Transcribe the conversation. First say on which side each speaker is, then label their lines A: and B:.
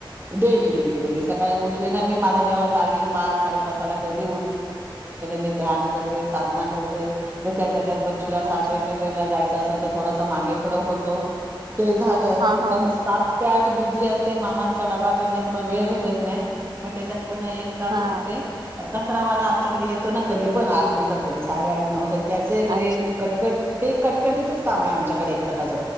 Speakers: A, on the right; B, on the right.
A: डेली डेली डेली सकाळी उठले ना मी मला जेव्हा जागे. कधी मी ध्यान करते साधना करते. त्यात बच्चूला साचाच्या
B: अच्छा
A: ट्रेन ला जायचं असेल तर थोडासा मागे फडं होतो. झा
B: हा हा
A: क
B: हा
A: सातठ. बी असते मामांचा डबा कर मग वेळ भेटत नाही मग त्याच्यात पुन्हा एक काम
B: हा
A: करते कचरावाला आमच्याकडे येतो ना कधी पण आठ नंतर तरी साडे आठ नऊ त्याच एक ले
B: अच्छा
A: कटकट ते कटकटीचच काम आहे आमच्याकडे एक प्रकारच